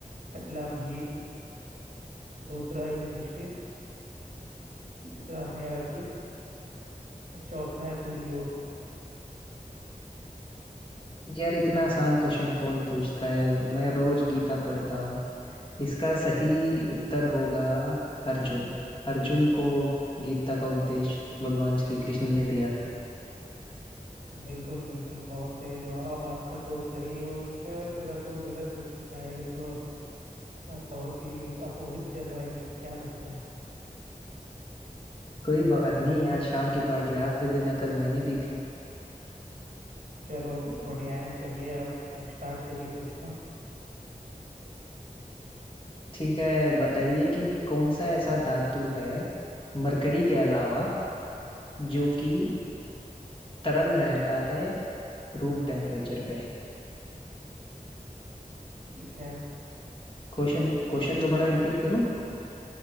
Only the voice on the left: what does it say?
यार इतना आसान क्वेश्चन कौन पूछता है मैं रोज गीता पढ़ता हूँ इसका सही उत्तर होगा अर्जुन अर्जुन को गीता का उपदेश भगवान श्री कृष्ण ने दिया था
कोई बात नहीं आज शाम की पार्टी आप दे देना कल मैंने दी थी
ठीक है बताइए कि कौन सा ऐसा धातु है मरकरी के अलावा जो कि तरल रहता है रूम टेम्परेचर पे
क्वेश्चन क्वेश्चन दोबारा रिपीट करूं